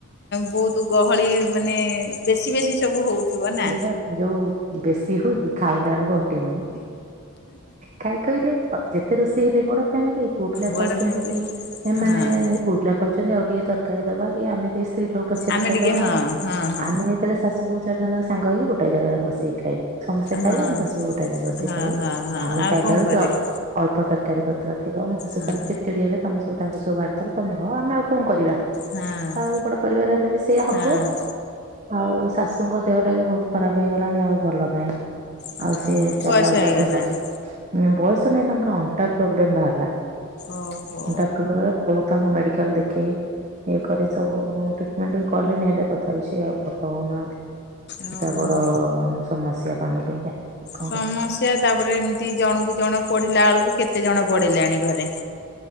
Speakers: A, on the left; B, on the right.
A: ବହୁତ ଗ ଭଳି ମାନେ ବେଶୀ ବେଶୀ ସବୁ ହଉଥିବ
B: ସିଏ
A: ନା।
B: ବା ଯୋଉ ବେଶୀ ହଉଛି ଖାଇଲା ବେକୁ ଅଟିବନି। କାଇ କହିଲେ ଯେତେ ରୋଷେଇ ହେଲେ ବଡ ଫାମିଲି ପୁଅ ପିଲା
A: ବଡ
B: ଖାଉଛନ୍ତି
A: ଫ୍ୟାମିଲି
B: କି ଏମାନେ
A: ହଁ
B: ପୁଅ ପିଲା କହୁଛନ୍ତି ଆଉ ଟିକେ ତରକାରୀ ଦବା କି ଆମେ ଦେ ସ୍ତ୍ରୀ ପଛରେ
A: ଆମେ
B: ଖାଇଦବା,
A: ଟିକେ ହଁ ହଁ ହଁ
B: ଆମେ ଯେତେବେଳେ ଶାଶୁବୁ ଚାରି ଜଣଙ୍କ ସାଙ୍ଗ ହେଇକି ଗୋଟେ ଜାଗାରେ ଆମେ ବସିକି ଖାଇବୁ। ସମସ୍ତେ ଖାଇବେ
A: ହଁ
B: ଆମେ ତା ସବୁ ଗୋଟେ ଜାଗା ବସିି
A: ହଁ
B: ଖାଇବୁ
A: ହଁ ହଁ
B: ଆମେ
A: ଆଉ
B: ଖାଇବାରୁ
A: କଣ କରିବେ
B: ଟେ ଅଳ୍ପ ତରକାରୀ ଥିବ ମୋ ଶାଶୁା
A: ହଁ।
B: ଚିଡି ଚିଡି ହେବେ ତମେ ସବୁଙ୍କୁ ସବୁ ବାଢି ଦେଲ ତମେ ହଁ ଆଉ ଆମେ ଆଉ କଣ କରିବା।
A: ହଁ
B: ଆଉ ବଡ ପରିବାର ହେଲେ ବି ସେଇୟଆ ହବ।
A: ହଁ
B: ଆଉ ଶାଶୁଙ୍କ ଦେହଟା ବି ବହୁତ ଖରାପ ହେଇଗଲାଣି ଆଉ ଭଲ ନାହିଁ।
A: ହଁ
B: ଆଉ ସିଏ ଚଲା
A: ବୟସ ହେଇଗଲାଣି
B: ବୁଲା ଟିକେ କଥା ବୟସ ନାଇ ତାଙ୍କର ଅଣ୍ଟା ପ୍ରୋବ୍ଲେମ ବାହାରିଲା
A: ଓହୋ
B: ଅଣ୍ଟା ପ୍ରବ୍ଲେ ବୋହୁ ତାଙ୍କୁ ମେଡିକାଲ ଦେଖେଇ ଇଏ କରି ସବୁ ଟ୍ରିଟମେଣ୍ଟ ବି କଲେଣିି ହେଲେ ତଥାପି ସେିଏ ଆଉ ଭଲ ରହୁନାହାନ୍ତି
A: ଓହୋ
B: ଏଇଟା ବଡ ସମସ୍ୟା ଆମ ପାଇଁକା। କଣ
A: ସମସ୍ୟା ତାପରେ ଏମିତି ଜଣକୁ ଜଣ ପଢିଲା ବେଳକୁ କେତେ ଜଣ ପଢିଲେଣି ଘରେ